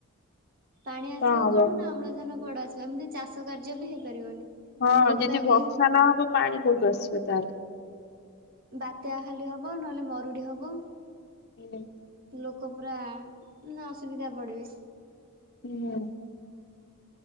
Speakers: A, on the right; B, on the left.
A: ପାଣି ଆସିବ
B: କଣ ହବ
A: କୁଆଡୁନା ଅମ୍ଳଜାନ କୁଆଡୁ ଆସିବ ଏମିତି ଚାଷ କାର୍ଯ୍ୟବି ହେଇପାରିବନି।
B: ହଁ
A: ଯୋଉଥିପାଇଁ
B: ଯଦି
A: କି
B: ବର୍ଷା ନହବ ପାଣି କୋଉଠୁ ଆସିବ ତାହେଲେ।
A: ବାତ୍ୟା ଖାଲି ହବ ନହେଲେ ମରୁଡି ହବ।
B: ହୁଁ
A: ଲୋକ ପୁରା ମାନେ ଅସୁବିଧା ପଡିବେ
B: ହୁଁ।